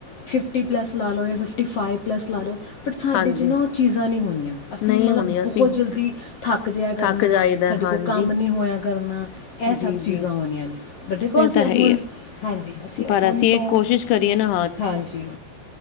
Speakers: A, on the left; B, on the left.
A: ਫਿਫਟੀ ਪਲੱਸ ਲਾ ਲਓ ਜਾਂ ਫਿਫਟੀ ਫਾਈਵ ਪਲੱਸ ਲਾ ਲਓ ਬਟ ਸਾਡੇ
B: ਹਾਂਜੀ
A: 'ਚ ਨਾ ਉਹ ਚੀਜ਼ਾਂ ਨਹੀਂ ਹੋਣੀਆਂ ਅਸੀਂ
B: ਨਹੀਂ
A: ਮਤਲਬ
B: ਹੋਣੀ ਅਸੀਂ
A: ਬਹੁਤ ਜਲਦੀ ਥੱਕ ਜਿਹਾ ਕਰਨਾ
B: ਥੱਕ ਜਾਈਦਾ
A: ਸਾਡੇ
B: ਹਾਂਜੀ
A: ਕੋਲ ਕੰਮ ਨਹੀਂ ਹੋਇਆ ਕਰਨਾ ਇਹ
B: ਜੀ-ਜੀ,
A: ਸਭ ਚੀਜ਼ਾਂ ਹੋਣੀਆਂ ਨੇ ਪਰ ਦੇਖੋ
B: ਇਹ
A: ਅਸੀਂ
B: ਤਾਂ
A: ਹੁਣ
B: ਹੈ ਹੀ ਹੈ,
A: ਹਾਂਜੀ ਅਸੀਂ
B: ਪਰ
A: ਹੁਣ ਤੋਂ
B: ਇਹ ਕੋਸ਼ਿਸ਼ ਕਰੀਏ ਨਾ
A: ਹਾਂਜੀ